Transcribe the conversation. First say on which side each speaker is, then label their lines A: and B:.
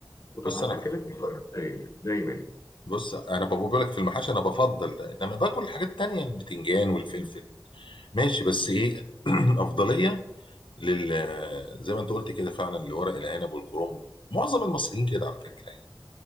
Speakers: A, on the left; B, on the left.
A: وطبعا
B: بص انا بحب
A: أكلات كتير يعني دايما يعني
B: بص انا بقول لك في المحاشي انا بفضل انما باكل الحاجات التانيه البتنجان والفلفل
A: م-
B: ماشي بس
A: م-
B: ايه <clears throat> افضليه لل زي ما انت قلت كده فعلا لورق العنب والكرنب معظم المصريين كده على فكره
A: م-
B: يعني